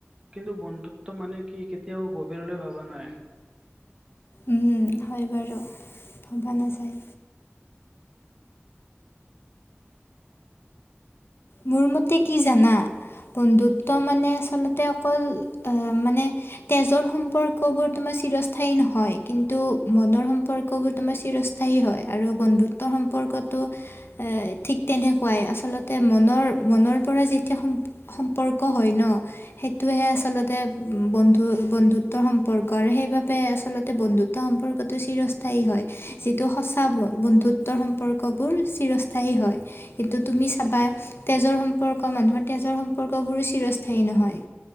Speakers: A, on the right; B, on the left.
A: কিন্তু বন্ধুত্ব মানে কি কেতিয়াও গভীৰলৈ ভবা নাই।
B: উম, হয়, বাৰু ভবা নাযায়। মোৰ মতে কি জানা, বন্ধুত্ব
A: কি
B: মানে আচলতে অকল মানে তেজৰ সম্পৰ্ক বোৰ তোমাৰ চিৰস্থায়ী নহয় কিন্তু মনৰ সম্পৰ্ক বোৰ তোমাৰ চিৰ স্থাযী হয়, আৰু বন্ধুত্বৰ সম্পৰ্কতো ঠিক তেনেকুৱাই, আচলতে মনৰ মনৰ পৰা যেতিয়া সম সম্পৰ্ক হয় ন'। সেইটোহে আচল্ততে বন্ধু বন্ধুত্বৰ সম্পৰ্ক, আৰু সেইবাবে আচল্ততে বন্ধুত্ব সম্পৰ্কটো চিৰস্থায়ী হয়, যিটো সঁচা বন্ধুত্বৰ সম্পৰ্কবোৰ চিৰস্থায়ী হয়। কিন্তু তুমি চাবা। তেজৰ সম্পৰ্ক মানুহৰ তেজৰ সম্পৰ্কবোৰো চিৰস্থায়ী নহয়